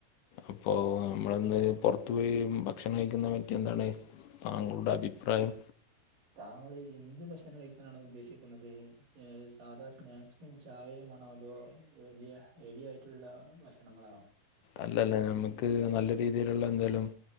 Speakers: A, on the left; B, on the right.
A: അപ്പൊ നമ്മളിന്ന് പുറത്തു പോയി ഭക്ഷണം കഴിക്കുന്ന പറ്റി എന്താണ്? താങ്കളുടെ അഭിപ്രായം?
B: താങ്കൾ എന്ത് ഭക്ഷണം കഴിക്കാനാണ് ഉദ്ദേശിക്ക ക്കുന്നത് സാധാ സ്നാക്സും ചായയും ആണോ അതോ വലിയ ഹെവി ആയിട്ടുള്ള ഭക്ഷണങ്ങളാ
A: അല്ലല്ല നമ്മുക്ക് നല്ല രീതിയിലുള്ള എന്തേലും